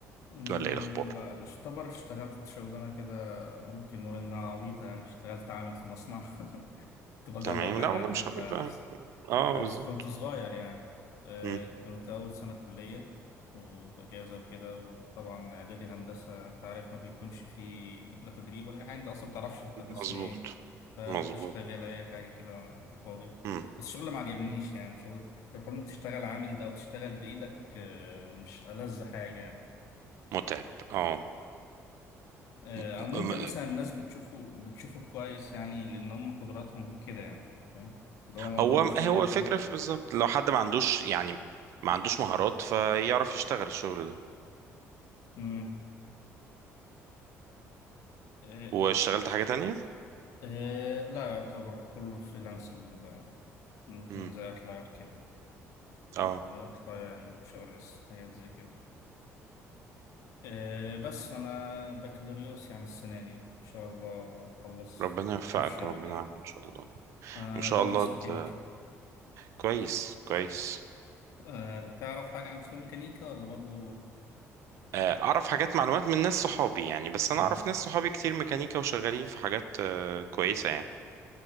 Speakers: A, on the left; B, on the right.
A: أمم،
B: ولا ايه الأخبار
A: لا اشتبر اشتغلت شغلانة كده ممكن نقول انها عبيطة يعني اشتغلت عامل في مصنع <laughs> كنت بجرب
B: تمام
A: يعني
B: لا والله
A: اعتمد
B: مش عارف
A: على
B: بقى
A: نفسي
B: اه
A: بس
B: بالظبط
A: كنت صغير يعني آه،
B: مم.
A: كنت أول سنة كلية وفي أجازة وكده وطبعا إعدادي هندسة أنت عارف ما بيكونش فيه لا تدريب ولا أي حاجة أنت أصلا بتعرفش أنت قسم
B: مظبوط
A: إيه فقلت
B: مظبوط
A: أشتغل أي حاجة كده وأنا فاضي
B: مم.
A: بس الشغل ما عجبنيش يعني شغل حوار إنك تشتغل عامل ده أو تشتغل بإيدك آه، مش ألذ حاجة يعني
B: متعب اه
A: آه،
B: م-
A: أو ممكن مثلا الناس بتشوفه بتشوفه كويس يعني لأن هم قدراتهم كده يعني فاهم؟ ده هو ما
B: هو
A: قدموش
B: هو
A: حاجة
B: الفكرة في- بالظبط لو حد ما عندوش يعني ما عندوش مهارات فيعرف يشتغل الشغل ده
A: مم. آه،
B: واشتغلت حاجة تانية
A: آه لا يعتبر كله فريلانسنج بقى ممكن
B: مم.
A: زي أطلع كده
B: اه
A: آه، أطلع يعني شهر اس حاجات زي كده آه بس أنا بكالوريوس يعني السنة دي إن شاء الله أخلص
B: ربنا يوفقك
A: في الشغل
B: ربنا
A: يعني
B: يعافيك ان شاء الله
A: أنا
B: ان شاء
A: بدرس
B: الله
A: ميكانيكا
B: ت... كويس كويس
A: آه تعرف حاجة عن سوق ميكانيكا ولا برضو
B: آه، اعرف حاجات معلومات من ناس صحابي يعني بس
A: مم.
B: انا اعرف ناس صحابي كتير ميكانيكا وشغالين في حاجات آه، كويسه يعني